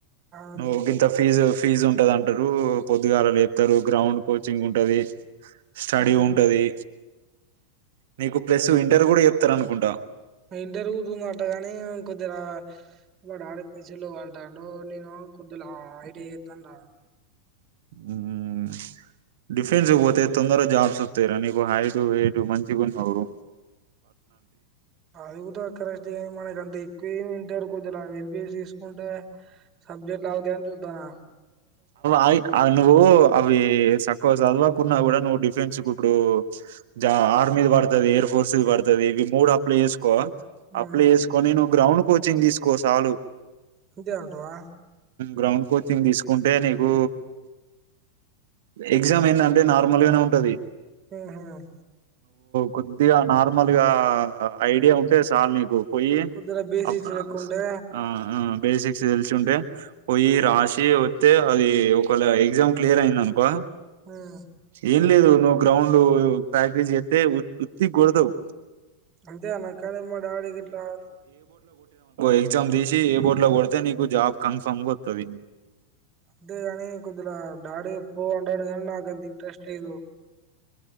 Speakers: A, on the right (about 30°); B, on the right (about 55°).
A: అది
B: నువ్వుగి ఇంత ఫీజు ఫీజు ఉంటది అంటరు పొద్దుగల్లా లేపుతారు గ్రౌండ్ కోచింగ్ ఉంటది స్టడీ
A: ఉమ్
B: ఉంటది నీకు ప్లస్ ఇంటర్ కూడ చెప్తార అనుకుం డ
A: ఇంటర్వ్యూ త అగాని కొద్దిగ వాడు ఆడలు అంటాడు నేను కొద్ది ఐడి చేతన్న రా
B: హ డిఫెన్స్ పోతే తొందర జాబ్ వత్తఇ ర నీకు హైట్ వేట్ మంచిగున్నవు
A: అది కూడా దక్క మనకు అంత ఎక్కువ ఏం రు కొద్దిలా ఎంబిఎస్ తీసుకుంటే సబ్జెక్ట్ లావుతాయ అని చూద్దాను
B: అయి నువ్ అవి సక్కవ చదువాకున్న కూడ నువ్వు డిఫ ఫ్రెండ్స్ కు ఇప్పుడు జా ఆర్మీది బడుతది ఎయిర్ ఫోర్స్ ఇది బ పర్తుది ఇవి మూడు అప్లై చేేసుకో
A: మ్మ్
B: అప్లై చేసుకొని నువ్వు గ్రౌండ్ కోచింగ్ తీసుకో సాలు
A: అంతే అంటావా
B: గ్రౌండ్ కోచింగ్ తీసుకు టె నీకు ఎగ్జామ్ ఎందంటే నార్మల్గానే ఉంటది
A: హమ్ హమ్
B: కొద్దిగ నార్మల్ గ ఐడియ ఉంటే చాల్ నీకు పోయి
A: కోద్దిగ బేసిక్స్
B: అప్
A: లేక ఉంటే
B: ఆ ఆ బేసిక్స్ తెలిసి ఉంటే పోయి రాసి అయితే అది ఒకవేళ ఎగ్జామ్ క్లియర్ అయింది అనుకో
A: మ్మ్
B: ఏం లేదు నువ్ గ్రౌండ్ ఫ్యాక్టీజ్ ఎతే ఉత్తి గుడదవు
A: అంతే అనా కానీ మ డాడీ గిట్ల
B: ఎగజామ్ దసి ఏ బోర్ట్ లో పోడతే నీకు జాబ్ కన్ఫర్మ్ కొతుంది
A: అంతేగాని కొద్దిగా డాడి పోండనికి కానీ నాకు ఎంత ఇంట్రెస్ట్ లేదు